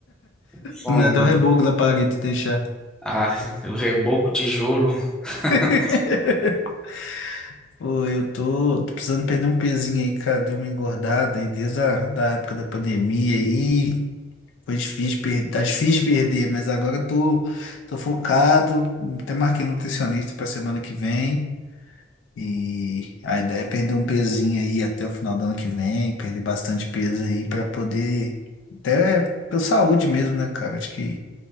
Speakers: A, in the centre; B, on the left.
A: Fome,
B: Comendo
A: mano.
B: até o reboco da parede, se deixar.
A: Ah, o reboco, o tijolo. <laughs>
B: <laughs> Pô, eu tô, tô precisando perder um pezinho aí, cara. Deu uma engordada aí desde a da época da pandemia aí. Foi difícil perder, tá difícil de perder, mas agora eu tô, tô focado. Até marquei um nutricionista pra semana que vem. E a ideia é perder um pezinho aí até o final do ano que vem, perder bastante peso aí pra poder, até pela saúde mesmo, né, cara? Acho que